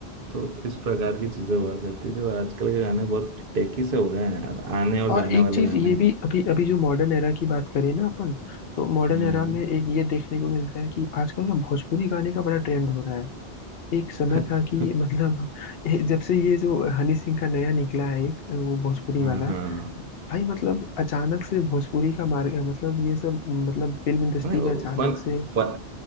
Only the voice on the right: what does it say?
तो इस प्रकार की चीजें हुआ करती थी और आजकल के गाने बहुत टेकी से हो गए हैं यार आने और
जाने
वाले
गाने
हैं
हम्म
<laughs>
हाँ
हाँ
नहीं वो
फन
फन